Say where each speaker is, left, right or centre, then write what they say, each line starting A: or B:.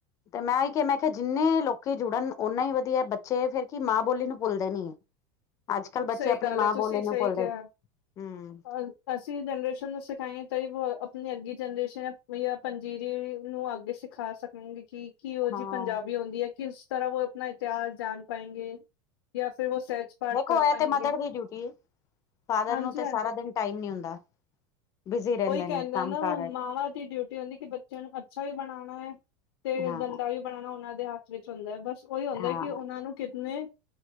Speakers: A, on the left (about 25°); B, on the left (about 80°).
A: ਤੇ ਮੈਂ ਹੀ ਕਿ ਮੈਂ ਕਿਹਾ ਜਿੰਨੇ ਲੋਕੀ ਜੁੜਨ ਉਹਨਾ ਹੀ ਵਧੀਆ ਬੱਚੇ ਫਿਰ ਕੀ ਮਾਂ ਬੋਲੀ ਨੂੰ ਭੁੱਲਦੇ ਨੀ। ਅੱਜ ਕੱਲ ਬੱਚੇ
B: ਸਹੀ
A: ਆਪਣੀ
B: ਗੱਲ
A: ਮਾਂ
B: ਹੈ
A: ਬੋਲੀ
B: ਤੁਸੀਂ
A: ਨੂੰ
B: ਸਹੀ
A: ਭੁੱਲਦੇ।
B: ਕਿਹਾ।
A: ਹਮ ।
B: ਅ ਅਸੀਂ ਜਨਰੇਸ਼ਨ ਨੂੰ ਸਿਖਾਈਏ ਤਾਂ ਆਪਣੀ ਅੱਗੀ ਜਨਰੇਸ਼ਨ ਜਾਂ ਪੰਜੀਰੀ ਨੂੰ ਅੱਗੇ ਸਿਖ। ਖਾ ਸਕਣਗੇ ਕਿ । ਕਿਹੋ ਜਿਹੀ
A: ਹਾਂ
B: ਪੰਜਾਬੀ ਆਉਂਦੀ ਹੈ? ਕਿਸ ਤਰ੍ਹਾਂ ਉਹ ਆਪਣਾ ਇਤਿਹਾਸ ਜਾਣ ਪਾਏਗੇ? ਜਾਂ ਫਿਰ ਉਹ ਸਹਿਜ ਪਾਠ। ਕਰ
A: ਹੋਇਆ
B: ਪਾਏਂਗੇ
A: ਤੇ ਮਦਰ ਦੀ ਡਿਊਟੀ। ਫਾਦਰ
B: ਹਾਂਜੀ
A: ਨੂੰ ਤੇ
B: ਹਾਂਜੀ
A: ਸਾਰਾ ਦਿਨ ਟਾਈਮ ਨੀ ਹੁੰਦਾ। ਬਿਜ਼ੀ ਰਹਿੰਦੇ
B: ਉਹੀ ਕਹਿੰਦੇ
A: ਨੇ ਕੰਮ
B: ਨਾ
A: ਕਾਰ
B: ਮਾਵਾਂ ਦੀ ਡਿਊਟੀ ਹੁੰਦੀ ਕਿ ਬੱਚਿਆਂ ਨੂੰ ਅੱਛਾ ਵੀ ਬਣਾਉਣਾ ਹੈ । ਤੇ
A: ਹਾਂ,
B: ਬੰਦਾ ਵੀ ਬਣਾਉਣਾ ਉਹਨਾਂ ਦੇ ਹੱਥ ਵਿੱਚ ਹੁੰਦਾ ਹੈ। ਬਸ ਉਹੀ ਹੁੰਦਾ
A: ਹਾਂ।
B: ਹੈ ਕਿ ਉਹਨਾਂ ਨੂੰ ਕਿਤਨੇ ।